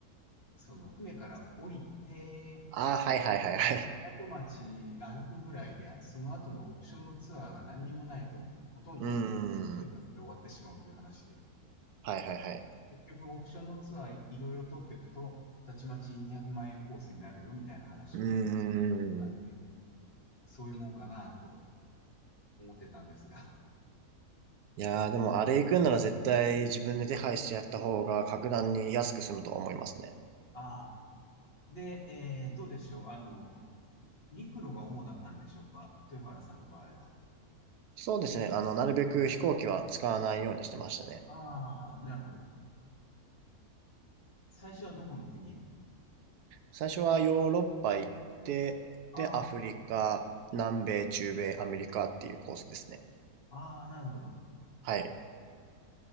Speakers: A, on the left; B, on the right.
A: その、船から降りて、
B: ああ、はいはいはいはい。
A: 港町が歩くぐらいで、その後のオプションのツアーが何にもないと、ほとんど生活で終わってしまうという話で、
B: うーん。はいはいはい。
A: 結局オプションのツアーいろいろ取っていくと、たちまち200万円コースになるよみたいな話を
B: うー
A: したんで、
B: ん。
A: そういうもんかなと思ってたんですが。
B: いやー、でもあれ行くんなら絶対自分で手配してやった方が格段に安く済むと思いますね。
A: ああ。で、えーどうでしょう。あの、陸路が主だったんでしょうか。豊原さんの場合は。
B: そうですね。あの、なるべく飛行機は使わないようにしてましたね。
A: ああ、なるほど。最初はどこの国へ。
B: 最初はヨーロッパ行って、
A: ああ、
B: で、アフリカ、南米、中米、アメリカっていうコースですね。
A: ああ、なるほど。
B: はい。